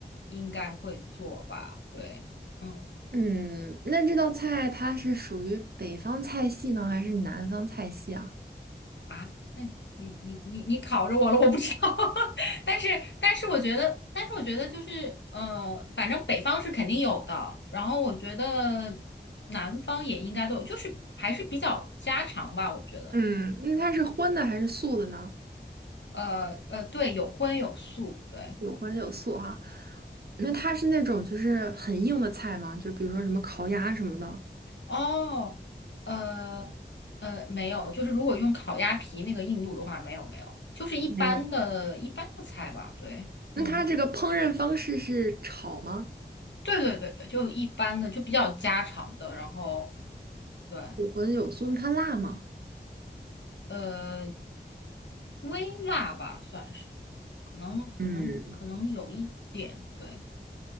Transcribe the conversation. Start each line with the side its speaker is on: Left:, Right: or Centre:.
Left: 应该会做吧？对，嗯
Right: 嗯，那这道菜它是属于北方菜系呢，还是南方菜系啊？
Left: 啊，那你你你你考着我了，我不知道，<laughs> 但是但是我觉得，但是我觉得就是呃，反正北方是肯定有的，然后我觉得南方也应该都有，就是还是比较家常吧，我觉得。
Right: 嗯，那它是荤的还是素的呢？
Left: 呃呃，对，有荤有素，对。
Right: 有荤有素哈。那它是那种就是很硬的菜吗？就比如说什么烤鸭什么的，
Left: 哦，呃呃，没有，就是如果用烤鸭皮那个硬度的话，没有没有，就是一般的一般的菜吧，
Right: 没有。
Left: 对，
Right: 那它这个烹饪方式是炒吗？
Left: 嗯，对对对对，就一般的，就比较家常的，然后对，
Right: 有荤有素，那它辣吗？
Left: 呃，微辣吧算是，可能可能可能有一点，
Right: 嗯，
Left: 对。